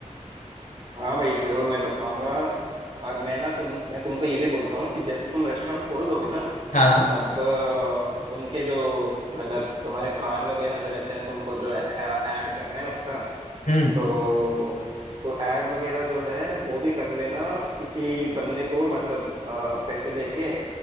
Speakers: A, on the right (about 45°); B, on the left (about 90°).
A: हाँ भाई जरूर मैं बताऊंगा और मैं ना तुम मैं तुमको ये भी बोलता हूँ कि जैसे तुम रेस्टोरेंट खोल दोगे ना
B: हाँ हाँ
A: तब अ, उनके जो मतलब तुम्हारे कार्ड वगैरह जो रहते हैं तुमको जो ऐड करना है उसका
B: हम्म
A: तो तो ऐड वगैरह जो है वो भी कर लेना किसी बंदे को मतलब अ, पैसे देके